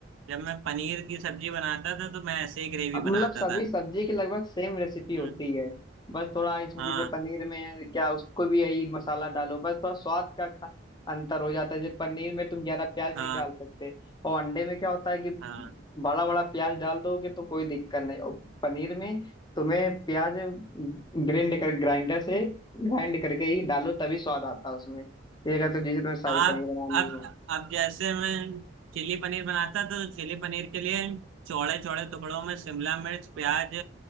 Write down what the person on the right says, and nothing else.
जब मैं पनीर की सब्जी बनाता था तो मैं ऐसे ही ग्रेवी
बनाता
था
हम्म
हाँ
हाँ
हाँ
आप
अब
अब जैसे मैं चिली पनीर बनाता तो चिली पनीर के लिए चौड़े चौड़े टुकड़ों में शिमला मिर्च प्याज